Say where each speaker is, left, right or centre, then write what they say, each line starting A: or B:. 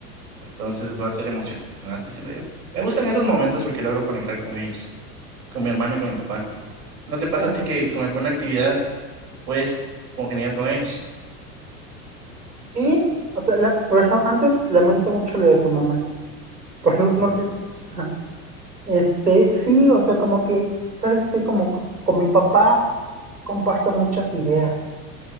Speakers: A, on the right; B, on the right.
A: Entonces va a ser emocionante, siento yo. Me gustan esos momentos porque logro conectar con ellos, con mi hermano y con mi papá. ¿No te pasa
B: ah,
A: a ti que con alguna actividad puedes congeniar con ellos?
B: sí, o sea, la, pero antes lamento mucho lo de tu mamá, pero no, no
A: No
B: sé,
A: te preocupes.
B: si- ajá. Este, sí, o sea, como que, ¿sabes qué? Como co- con mi papá comparto muchas ideas.